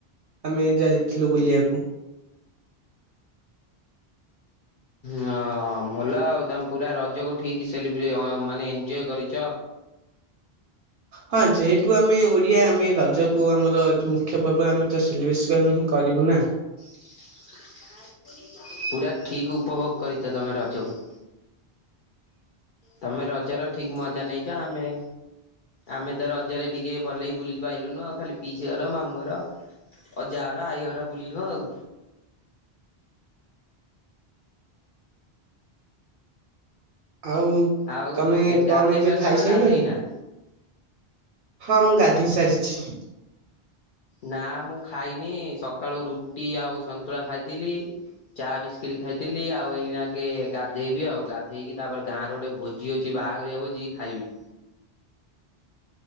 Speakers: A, on the right; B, on the left.
A: ଆମେ ଯାଇଥିଲୁ ବୁଲିଆକୁ।
B: ହ ଭଲ ଆଉ ତମ ପୁରା ରଜକୁ ଠିକ ସେଲିବ୍ରେ ମାନେ ଏଞ୍ଜୟ କରିଚ।
A: ହଁ ଯେହେତୁ ଆମେ ଓଡିଆ ଆମେ ରଜକୁ ଆମର ମୁଖ୍ୟ ପର୍ବ ଆମେ ତ ସିଲେବ୍ରେସନ୍ ହିଁ କରିବୁ ନା।
B: <inaudible> <inaudible> ପୁରା ଠିକ୍ ଉପଭୋଗ କରିଛ ତମେ ରଜକୁ। ତମେ ରଜର ଠିକ ମଜା ନେଇଚ ଆମେ ଆମେ ତ ରଜରେ ଟିକେ ଭଲଇ ବୁଲି ପାଇଲୁନୁ ଆ ଖାଲି ପିଇସିଘର ମାମୁଁଘର। ଅଜା ଘର ଆଈ ଘର ବୁଲିଲୁ ଆଉ।
A: ଆଉ
B: ଆଉ
A: ତମେ
B: ଏବ
A: କଣ
B: ଗାଧେଇ
A: ଏବେ
B: ସାରିଛ
A: ଖାଇସାରିଲଣି?
B: ନା ଗାଧେଇନା?
A: ହଁ ମୁଁ ଗାଧେଇ ସାରିଛି।
B: ନା ମୁଁ ଖାଇନି ସକାଳୁ ରୁଟି ଆଉ ସନ୍ତୁଳା ଖାଇଥିଲି। ଚା ବିସ୍କିଟ ଖାଇଥିଲି ଆଉ ଏଇ ନାକେ ଗାଧେଇବି ଆଉ ଗାଧେଇକି ତାପରେ ଗାଁରେ ଗୋଟେ ଭୋଜି ଅ ଛି ବାହାଘରିଆ ଭୋଜି ଖାଇବି।